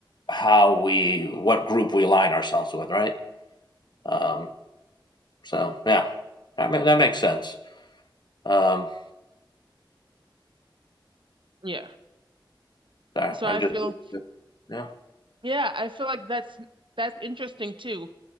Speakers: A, on the left; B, on the right.
A: how we, what group we align ourselves with, right? Um, so, yeah, that, that makes sense. Um,
B: Yeah.
A: sorry,
B: So
A: I'm
B: I
A: just
B: feel
A: yeah.
B: yeah, I feel like that's that's interesting too.